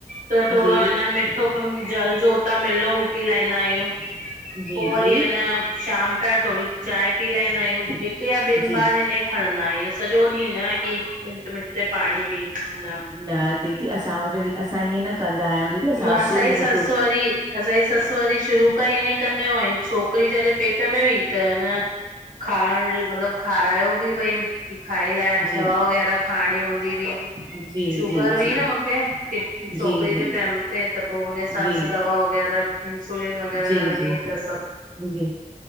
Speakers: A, on the right; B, on the right.
A: त थोङो
B: जी
A: आहे न मिठो पन जल जो हुतां मिलयो हू पी लाईंदा आहियूं।
B: जी
A: पो वरी
B: जी
A: ह न शाम पया थोङी चांय पी लाईंदा आहियूं, हिकु या ॿिनि
B: जी
A: बार हिन खणंदा आहयूं, सॼो ॾींहुं न कि मिंट मिंट ते पाणी पिन्दा आहियूं <unintelligible>
B: न दीदी, असां वटि- असां ईअं न कंदा आहयूं दीदी, असां
A: असांजी
B: असुर जेको
A: ससु वरी असांजी ससु वरी शुरू खां इनि कयो हुयईं छोकिरी जॾहिं पेट में हुई त अ न खाइण मतलबु खारायो बि भई की खाई लाइ
B: जी
A: दवा वग़ैरह खाइणी हूंदी हुई।
B: जी
A: शुगर
B: जी
A: हुई
B: जी
A: न मूंखे, अॻे छोकिरे
B: जी जी
A: जे टाइम ते त पो हुनहे हिसाब
B: जी
A: सां दवा वग़ैरह इंसुलिन वगैर
B: जी
A: लॻंदी
B: जी
A: तस
B: जी